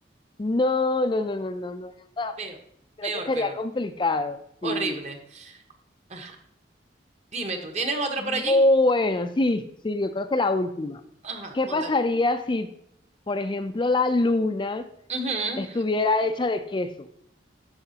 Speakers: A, on the left; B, on the right.
A: No, no, no, no, no, no. no.
B: peor,
A: Creo
B: peor,
A: que sería
B: peor.
A: complicado, sí.
B: Horrible. Ajá. Dime tú, ¿tienes otro
A: Bueno,
B: por allí?
A: sí, sí, yo creo que la última.
B: Ajá,
A: ¿Qué
B: cuéntalo.
A: pasaría si, por ejemplo, la luna
B: Ujú.
A: estuviera hecha de queso?